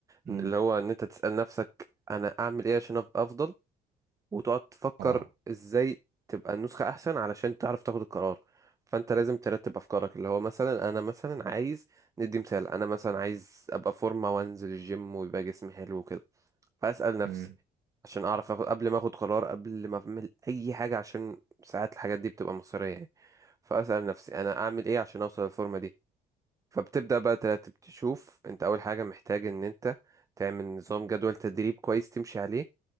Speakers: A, on the right (about 70°); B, on the right (about 20°).
A: مم.
B: ان اللي هو ان انت تسال نفسك انا اعمل ايه عشان ابقى افضل وتقعد تفكر
A: اه
B: ازاي تبقى النسخه احسن علشان تعرف تاخد القرار فانت لازم ترتب افكارك اللي هو مثلا انا مثلا عايز ندي مثال انا مثلا عايز ابقى فورمه وانزل الجيم ويبقى جسمي حلو وكده فاسال نفسي
A: مم.
B: عشان اعرف أخد قبل ما اخد قرار قبل ما اعمل اي حاجه عشان ساعات الحاجات دي بتبقى مصيريه يعني فاسال نفسي انا اعمل ايه عشان اوصل للفورمه دي فبتبدا بقى ترتب تشوف انت اول حاجه محتاج ان انت تعمل نظام جدول تدريب كويس تمشي عليه